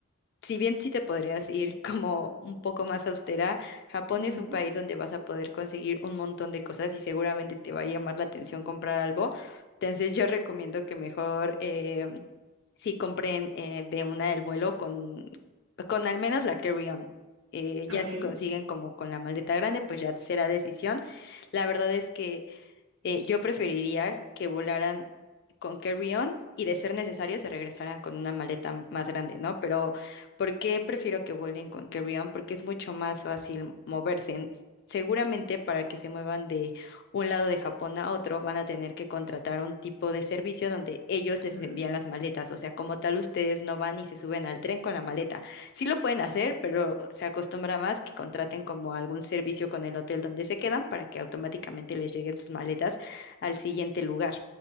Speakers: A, on the left; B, on the right.
A: si bien sí te podrías ir <laughs> como un poco más austera, Japón
B: ujú.
A: es un país donde vas a poder conseguir un montón de cosas y seguramente te va a llamar la atención comprar algo. Entonces yo recomiendo que mejor eh, sí compren eh, de una del vuelo con, con al menos la carry-on. Eh, ya
B: Ok.
A: si consiguen como con la maleta grande, pues ya será decisión. La verdad es que eh, yo preferiría que volaran con carry-on y de ser necesario se regresarán con una maleta m- más grande, ¿no? Pero ¿por qué prefiero que vuelen con carry-on? Porque es mucho más fácil moverse. Seguramente para que se muevan de un lado de Japón a otro van a tener que contratar un tipo de servicio donde ellos
B: Ajá.
A: les envían las maletas. O sea, como tal, ustedes no van y se suben al tren con la maleta. Sí lo pueden hacer, pero se acostumbra más que contraten como algún servicio con el hotel donde se quedan para que automáticamente les lleguen sus maletas al siguiente lugar.